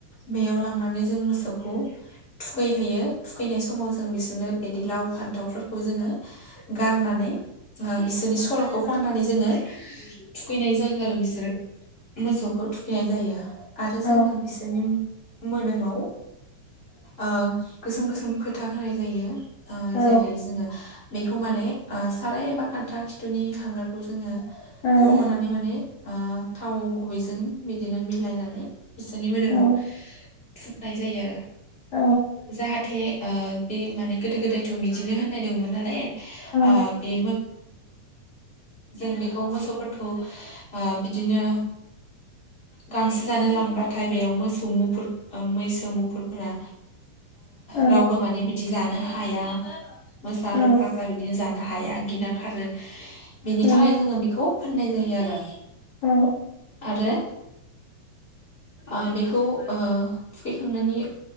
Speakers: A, on the left; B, on the left.
A: बेयाव लांनानै जों मोसौखौ थुखैहोयो थुखैनाय समाव जों बिसोरनो बिदि लाव फान्थावफोरखौ जोङो गारनानै बिसोरनि सल'खौ खननानै जोङो थुखैनाय जायो आरो बिसोर मोसौखौ थुखैनाय जायो। आरो
B: औ
A: जोङो बिसोरनि मोदोमाव ओ गोसोम गोसोम फोथा होनाय जायो
B: औ
A: जेरै जोङो बेखौ माने साराय एबा खान्था खिथुनि हांगारखौ जोङो
B: औ
A: बख'नानै माने थाव गुबैजों बिदिनो मिलायनानै बिसोरनि मोदोमाव
B: औ
A: फुननाय जायो आरो
B: औ
A: जाहाथे थे ओ बे माने गोदो गोदायथ' बिदिनो होननाय दंमोन नालाय
B: औ
A: ओ बे जों बेखौ मोसौफोरखौ ओ बिदिनो गांसो जानो लांब्लााथाय बेयाव मोसौ मुफुर मैसो मुफुरफोरा
B: औ
A: रावबो माने बिदि जानो हाया। मोसा
B: औ
A: लख्राफ्रा बिदिनो जानो हाया गिना खारो बिनि
B: औ
A: थाखाय जोङो बेखौ फोननाय जायो आरो
B: औ
A: आरो ओ बेखौ ओ थुखैखांनानै